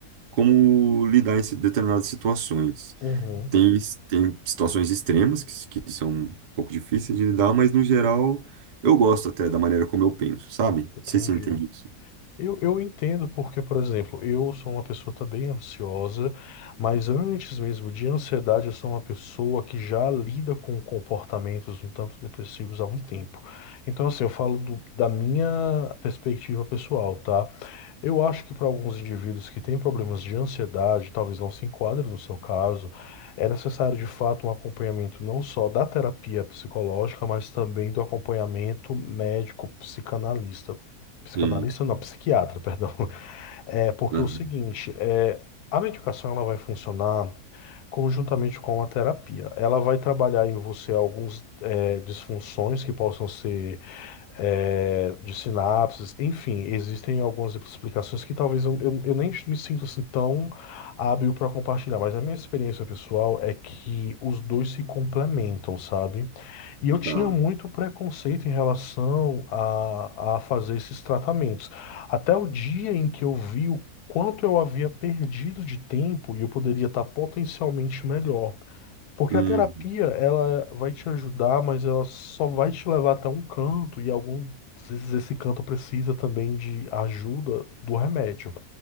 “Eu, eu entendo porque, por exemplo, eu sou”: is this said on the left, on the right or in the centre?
Left